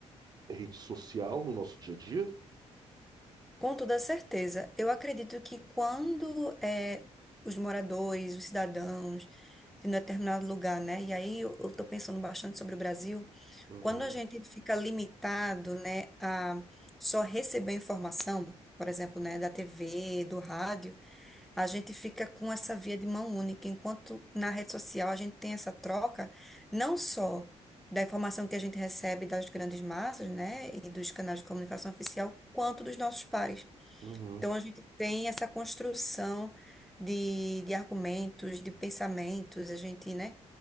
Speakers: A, on the right; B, in the centre.
A: é Rede social no nosso dia a dia?
B: Com toda certeza, eu acredito que quando eh, os moradores, os cidadãos de um determinado lugar, né? E aí eu estou pensando bastante sobre o Brasil,
A: Uhum,
B: quando a gente fica limitado, né, a só receber informação, por exemplo, né, da TV, do rádio, A gente fica com essa via de mão única, enquanto na rede social a gente tem essa troca, não só da informação que a gente recebe das grandes massas, né, e dos canais de comunicação oficial, quanto dos nossos pares.
A: uhum.
B: Então a gente tem essa construção de, de argumentos, de pensamentos, a gente, né,